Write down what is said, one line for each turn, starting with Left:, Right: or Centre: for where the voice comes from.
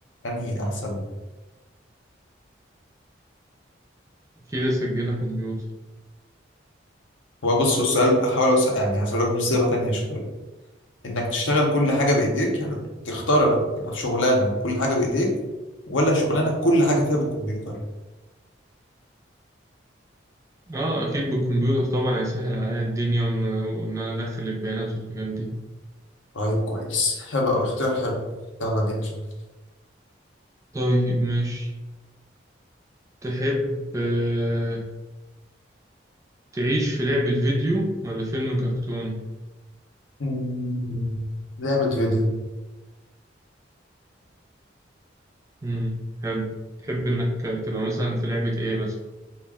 Left: أنهي أحسن
Right: اكيد اسجلها كمبيوتر
Left: هو بص السؤال هحاول أوسع يعني هسألك بصيغة تانية شوية إنك تشتغل كل حاجة بإيديك يعني تختار إنك تبقى في شغلانك كل حاجة بإيديك ولا شغلانك كل حاجة فيها بالكمبيوتر
Right: اه اكيد بالكمبيوتر طبعا هيسهل عليا الدنيا وان وإن انا ادخل البيانات والحاجات دي
Left: طيب كويس حلو أوي اختيار حلو يلا اديني شوية
Right: طيب ماشي تحب آه، تعيش في لعبة فيديو ولا فيلم كرتون؟
Left: مم، لعبة فيديو
Right: مم. حلو تحب إنك تبقى مثلا في لعبة إيه مثلا؟